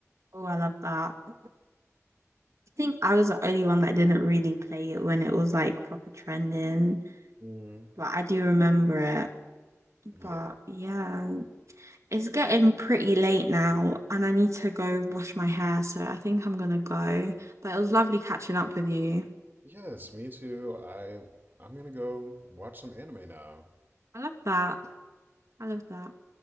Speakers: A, on the right (about 65°); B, on the right (about 40°).
A: Oh, I love that. I think I was the only one that didn't really play it when it was like proper trending,
B: Mm.
A: but I do remember it.
B: Yeah.
A: But yeah, it's getting pretty late now and I need to go wash my hair, so I think I'm gonna go. But it was lovely catching up with you.
B: Yes, me too. I I'm gonna go watch some anime now.
A: I love that. I love that.